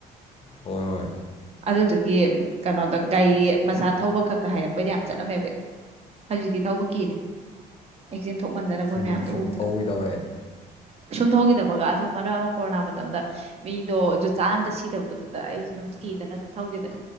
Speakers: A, on the left; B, on the right.
A: ꯍꯣꯏ ꯍꯣꯏ
B: ꯑꯗꯨꯗꯨꯒꯤ ꯀꯩꯅꯣꯗ ꯒꯥꯔꯤ ꯃꯆꯥ ꯊꯧꯕ ꯈꯛꯀ ꯍꯥꯏꯔꯛꯄꯩꯗ ꯌꯥꯝ ꯆꯠꯂꯝꯃꯦꯕ ꯍꯧꯖꯤꯛꯇꯤ ꯊꯧꯕ ꯀꯤꯔꯦ ꯑꯦꯛꯁꯤꯗꯦꯟ ꯊꯣꯛꯃꯟꯗꯅ ꯃꯣꯏ
A: ꯁꯨꯝ
B: ꯃꯌꯥꯝꯗꯣ
A: ꯁꯨꯝ
B: ꯎꯕꯗ
A: ꯊꯧꯈꯤꯗꯕꯩ
B: ꯁꯨꯝ ꯊꯧꯈꯤꯗꯕ ꯃꯔꯛ ꯀꯣꯔꯣꯅꯥ ꯃꯇꯝꯗ ꯃꯤꯣ ꯆꯥꯗꯕꯗꯨ ꯑꯩꯁꯨ ꯑꯗꯨꯝ ꯀꯤꯅ ꯑꯗꯨꯝ